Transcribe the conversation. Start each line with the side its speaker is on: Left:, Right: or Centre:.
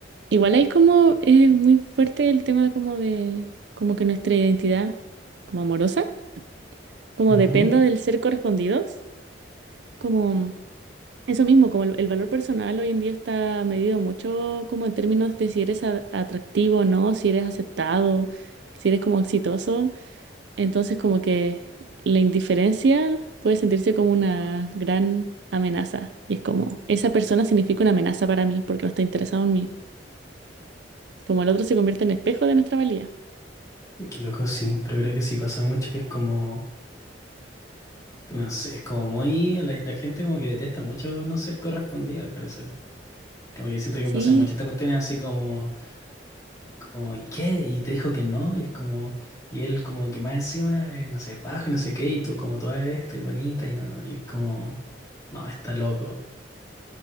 Right: igual ahí es como eh, muy fuerte el tema como de, como que nuestra identidad como amorosa, como
Left: Ujú.
Right: dependa del ser correspondidos, como... Eso mismo, como el, el valor personal hoy en día está medido mucho como en términos de si eres a- atractivo o no, si eres aceptado, si eres como exitoso. Entonces como que la indiferencia puede sentirse como una gran amenaza. Y es como, esa persona significa una amenaza para mí porque no está interesado en mí. Como el otro se convierte en espejo de nuestra valía.
Left: Qué loco, sí, pero creo que sí pasa mucho que es como... No sé, es como muy... La, la gente como que detesta mucho no ser correspondido, al parecer. Como que siento que
Right: Sí.
Left: pasan muchas estas cuestiones así como, como, ¿y qué? Y te dijo que no, y es como, y él como que más encima, eh, no sé, bajo y no sé qué, y tú como toda esto y bonita, y no, y es como, no, está loco.